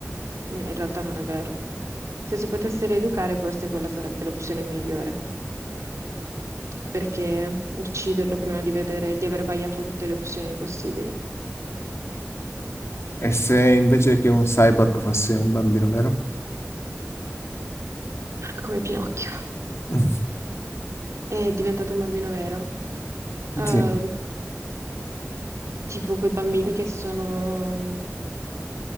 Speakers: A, on the right; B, on the left.
A: in realtà non è vero. Se si potesse rieducare, forse quella sarebbe l'opzione migliore, perché ucciderlo prima di vedere, di aver vagliato tutte le opzioni possibili.
B: E se invece che un cyborg fosse un bambino vero?
A: come Pinocchio.
B: <laughs>
A: È diventato un bambino vero. Ehm,
B: Sì.
A: tipo quei bambini che sono,